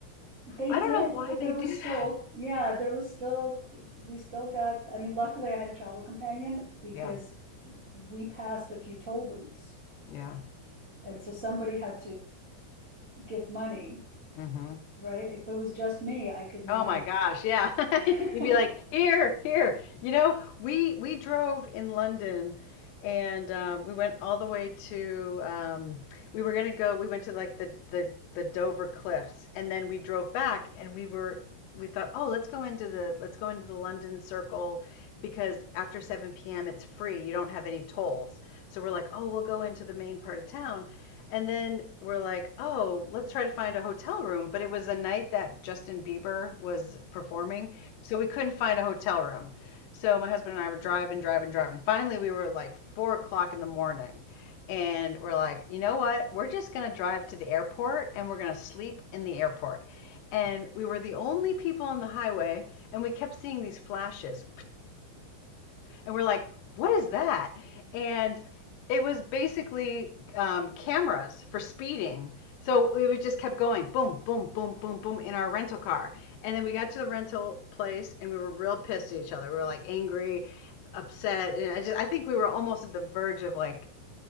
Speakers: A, on the right; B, on the left.
A: They
B: I
A: did,
B: don't know why
A: but
B: they
A: there were
B: do
A: still,
B: that.
A: yeah, there was still, we still got, I mean, luckily I had a travel companion because
B: Yeah,
A: we passed a few toll booths.
B: yeah.
A: And so somebody had to give money,
B: hmm
A: right? If it was just me, I could not
B: Oh my gosh, yeah.
A: have.
B: <laughs> You'd be like, here, here. You know, we we drove in London and um, we went all the way to um, we were gonna go, we went to like the, the the Dover Cliffs and then we drove back and we were we thought, oh, let's go into the let's go into the London Circle because after 7 p.m. it's free. You don't have any tolls. So we're like, oh, we'll go into the main part of town. And then we're like, oh, let's try to find a hotel room. But it was a night that Justin Bieber was performing. So we couldn't find a hotel room. So my husband and I were driving, driving, driving. Finally, we were like four o'clock in the morning and we're like, you know what? We're just going to drive to the airport and we're going to sleep in the airport. And we were the only people on the highway, and we kept seeing these flashes. And we're like, what is that? And it was basically um, cameras for speeding. So we just kept going, boom, boom, boom, boom, boom, in our rental car. And then we got to the rental place, and we were real pissed at each other. We were like angry, upset. And I just, I think we were almost at the verge of like